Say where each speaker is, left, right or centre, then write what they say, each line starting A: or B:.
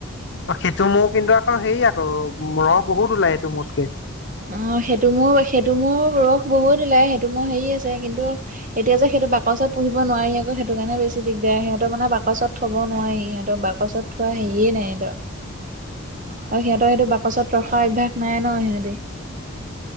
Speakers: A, on the left (about 55°); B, on the right (about 40°).
A: অ, সেইটো মৌ কিন্তু আকৌ হেৰি আকৌ ৰস বহুত ওলাই এইটো মৌতকে।
B: অ, সেইটো মৌৰ, সেইটো মৌৰ ৰস বহুত ওলাই, সেইটো মৌৰ হেৰি আছে কিন্তু এতিয়া যে, সেইটো বাকচত পুহিব নোৱাৰি আকৌ, সেইটো কাৰণে বেছি দিগদাৰ। সিহঁতক মানে বাকচত থ'ব নোৱাৰি সিহঁতক বাক পাছত থোৱা হেইয়ে নাই সিহতঁৰ আৰু সিহঁতৰ সেইটো পাছত ৰখা অভ্যাস নাই ন, সিহঁতে।